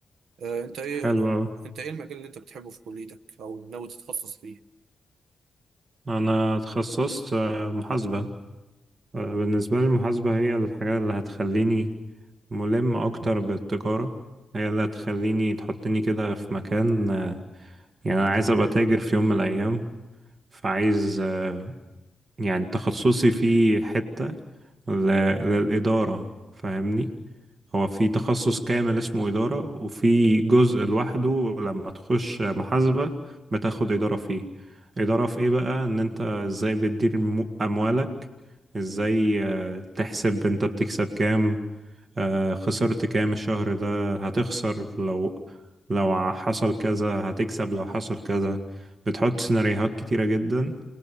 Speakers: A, on the right (about 80°); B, on the right (about 55°).
A: آه، انت ايه
B: حلو أوي
A: انت ايه المجال اللي انت بتحبه في كليتك او ناوي تتخصص فيه
B: أنا اتخصصت آه، محاسبة آه، بالنسبة لي المحاسبة هي الحاجة اللي هتخليني ملم أكتر بالتجارة هي اللي هتخليني تحطني كده في مكان آه، يعني أنا عايز أبقى تاجر في يوم من الأيام فعايز آه، يعني تخصصي فيه حتة ل- للإدارة فاهمني هو في تخصص كامل اسمه إدارة وفي جزء لوحده لما تخش محاسبة بتاخد إدارة فيه إدارة في إيه بقى إن أنت إزاي بتدير م- أموالك إزاي آه، تحسب أنت بتكسب كام آه، خسرت كام الشهر ده هتخسر لو لو حصل كذا هتكسب لو حصل كذا بتحط سيناريوهات كتيرة جدا